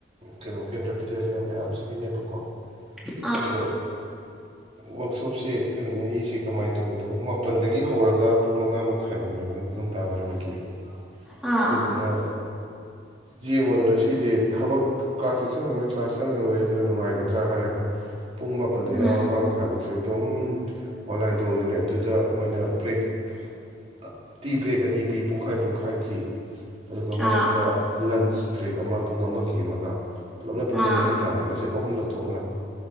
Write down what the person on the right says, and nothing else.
ꯀꯩꯅꯣ ꯀꯦꯟꯗ꯭ꯔ ꯕꯤꯗ꯭ꯌꯥꯂꯌꯥ ꯃꯌꯥꯝꯁꯤꯒꯤꯅꯦꯕꯀꯣ
ꯑꯗꯣ ꯋꯥꯛꯁꯣꯞꯁꯦ ꯅꯨꯃꯤꯠ ꯅꯤꯅꯤꯁꯦ ꯀꯃꯥꯏꯅ ꯇꯧꯅꯤ ꯑꯗꯣ ꯄꯨꯡ ꯃꯥꯄꯜꯗꯒꯤ ꯍꯧꯔꯒ ꯄꯨꯡ ꯃꯉꯥ ꯃꯈꯥꯏꯐꯥꯎꯅꯦꯕ ꯅꯨꯡꯗꯥꯡꯋꯥꯏꯔꯝꯒꯤ
ꯑꯗꯨꯗꯨꯅ ꯌꯦꯡꯉꯣꯗꯅ ꯁꯤꯁꯦ ꯊꯕꯛ ꯀ꯭ꯂꯥꯁꯇꯦ ꯆꯪꯉꯔꯣꯏ ꯀ꯭ꯂꯥꯁ ꯆꯪꯉꯔꯣꯏ ꯑꯗꯨꯅ ꯅꯨꯡꯉꯥꯏꯒꯗ꯭ꯔꯥ ꯍꯥꯏꯔꯒ ꯄꯨꯡ ꯃꯥꯄꯟꯗꯩꯅ
ꯃꯉꯥ ꯃꯈꯥꯏꯐꯥꯎ ꯁꯦ ꯁ ꯑꯗꯨꯝ ꯑꯣꯟꯂꯥꯏꯟ ꯇꯧꯗꯣꯏꯅꯦꯕꯥ ꯑꯗꯨꯗ ꯃꯣꯏꯅ ꯕ꯭ꯔꯦꯛ ꯑꯥ ꯇꯤ ꯕ꯭ꯔꯦꯛ ꯑꯅꯤ ꯄꯤ ꯄꯨꯡꯈꯥꯏ ꯄꯨꯡꯈꯥꯏꯒꯤ ꯑꯗꯨꯒ ꯃꯔꯛꯇ
ꯂꯟꯁ ꯕ꯭ꯔꯦꯛ ꯑꯃ ꯄꯨꯡ ꯑꯃꯒꯤ ꯑꯃꯒ ꯄꯨꯂꯞꯅ ꯄꯨꯡ
ꯑꯅꯤ ꯍꯥꯏꯇꯥꯔꯦ ꯃꯁꯤ ꯑꯍꯨꯝꯂꯛ ꯊꯣꯛꯅ